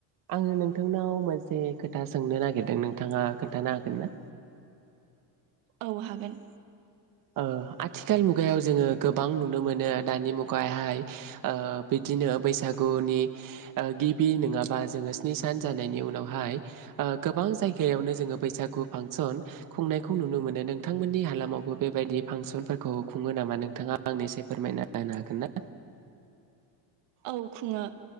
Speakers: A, on the right; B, on the right.
A: आङो नोंथांनाव मोनसे खोथा सोंनो नागिरदों नोंथाङा खोनथानो हागोन ना?
B: औ हागोन
A: ओ आथिखाल मुगायाव जोङो गोबां नुनो मोनो दानि मुगाहाय ओ बिदिनो बैसागुनि ओ गिबि नोङाबा जोङो स्नि सान जानायनि उनावहाय ओ गोबां जायगायावनो जोङो बैसागु फांसन खुंनायखौ नुनो मोनो नोंथांमोननि हालामावबो बेबायदि फांसनफोरखौ खुङो नामा नोंथाङा आंनो एसे फोरमायना होनो हागोन ना?
B: औ खुङो